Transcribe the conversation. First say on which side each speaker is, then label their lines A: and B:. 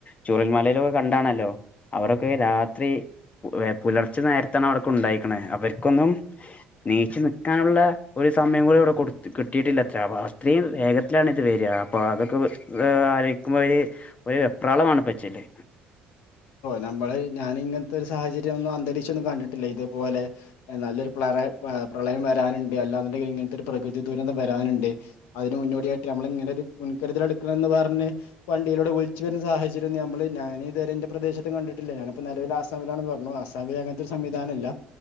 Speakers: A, on the left; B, on the left.
A: ചൂരൽ മലയിലക്കെ കണ്ടാണല്ലോ അവരൊക്കെ രാത്രി പുലർച്ചെ നേരത്താണ് അവിടെക്കെ ഉണ്ടായേക്കണെ. അവർക്കൊന്നും നീച്ചു നിക്കാനുള്ള ഒര് സമയം പോലുംഅവ്ടെ കൊട് കിട്ടിയിട്ടില്ലത്ര അപ്പൊ അത്രയും വേഗത്തിലാണ് ഇത് വരിക അപ്പൊ അതൊക്കെ ആലോചിക്കുമ്പോ ഒര് ഒരു വെപ്രാളമാണ് പച്ചല്ലേ
B: നമ്മള ഞാനിങ്ങത്തെ ഒര് സാഹചര്യം ന്റ റ്റീച്ചൊന്നും കണ്ടിട്ടില്ല ഇതേപോലെ നല്ലൊരു പ്രറ പ്രളയം വരാനുണ്ട് അല്ലാന്നുണ്ടെങ്കിൽ ഇങ്ങനത്തെ ഒരു പ്രകൃതി ദുരന്തം വരാനുണ്ട് അതിന് മുന്നോടിയായിട്ട് നമ്മൾ ഇങ്ങനെ ഒരു മുൻകരുതൽ എടുക്കണം എന്ന് പറഞ്ഞ് വണ്ടിയിലൂടെ വിളിച്ചു വരുന്ന സാഹചര്യം നമ്മള് ഞാനിത് പ്രദേശത്തും കണ്ടിട്ടില്ല ഞാനിപ്പോ നെലവിൽ ആസാമിലാണെന്ന് പറഞ്ഞു ആസാമിൽ അങ്ങനത്തെ ഒരു സംവിധാനല്ല